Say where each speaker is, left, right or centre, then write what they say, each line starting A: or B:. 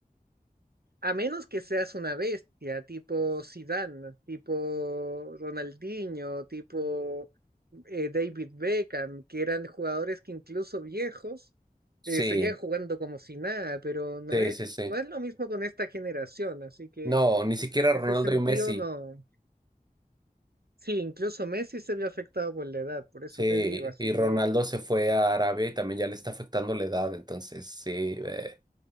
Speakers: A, on the right (about 85°); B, on the right (about 25°).
A: A menos que seas una bestia, tipo Zidane, tipo Ronaldinho, tipo eh, David Beckham, que eran jugadores que incluso viejos
B: Sí,
A: eh, seguían jugando como si nada, pero no
B: sí,
A: es,
B: sí, sí.
A: no es lo mismo con esta generación, así que
B: No, ni siquiera
A: en
B: Ronaldo
A: ese sentido
B: y Messi.
A: no. Sí, incluso Messi se vio afectado por la edad, por eso
B: Sí,
A: te digo, así
B: y Ronaldo
A: que
B: se fue a Arabia y también ya le está afectando la edad. Entonces, sí, eh,